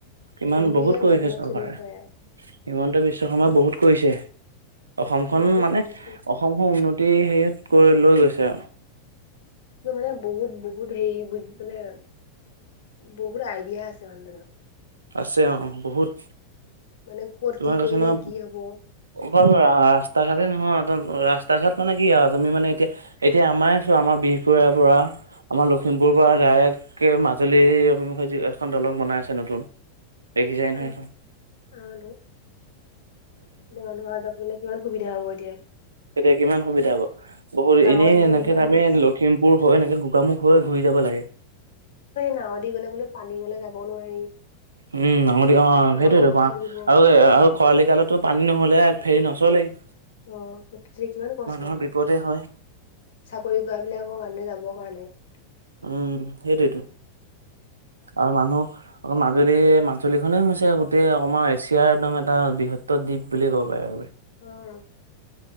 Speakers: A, on the right; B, on the left.
A: কিমান
B: ধুনীয়াকে
A: বহুত কৰিছে
B: ঘৰখনত
A: চৰকাৰে,
B: চলিব পাৰে আৰু,
A: হিমন্ত বিশ্ব শৰ্মা
B: উম,
A: বহুত কৰিছে। অসমখন
B: কৰিছেতো
A: মানে
B: বহুত
A: অসমখন উন্নতি হেৰিত কৰি লৈ গৈছে আৰু।
B: মোৰ মানে বহুত বহুত হেৰি বুজি বহুত আইডিয়া আছে মানুহজনৰ।
A: আছে অ। বহুত
B: মানে কত
A: তোমাৰ
B: কি
A: কৈছে
B: কৰিলে
A: নহয়
B: কি হব।
A: অকল ৰাস্তা ঘাটে নহয়, ৰাস্তা ঘাট মানে কি আৰু তুমি মানে এতিয়া এতিয়া আমাৰ ছোৱা আমাৰ বি <unintelligible> আমাৰ লখিমপুৰ পৰা ডাৰেক মাজুলীৰ অভিমুখে এখন দলং বনাই আছে নতুন। দেখিছায়
B: অ'।
A: নহয় সেইখন।
B: অটো <unintelligible> কিমান সুবিধা হ'ব এতিয়া
A: এতিয়া কিমান সুবিধা হব। বহুত
B: নাৱত
A: এনেই
B: এনে
A: এনেকে
B: কিমান
A: আমি
B: ৰিক্স
A: লখিমপুৰ হৈ এনেকে গোগামুখ হৈ ঘূৰি য যাব লাগে।
B: নাৱেদি গলে বোলো পানী গলে যাব নোৱাৰি।
A: উম নাঙতি অ সেইটোয়েতো
B: নাও নচলিব
A: আৰু আৰু খৰালি কালতো পানী নহ'লে ফেৰি নচলেই।
B: অ সেইটো কিমান কষ্ট
A: মানুহৰ
B: হয়।
A: বিপদে হয়
B: চাকৰি কৰা বিলাকৰ কাৰণে যাব <unintelligible>
A: উম সেইটোৱেটো। আৰু মানুহ আকৌ মাজুলী মাজুলী খনেই হৈছে গোটেই অকমাৰ এছিয়াৰ একদম এটা বৃহত্তৰ দ্বীপ বুলি কব পাৰে
B: উম।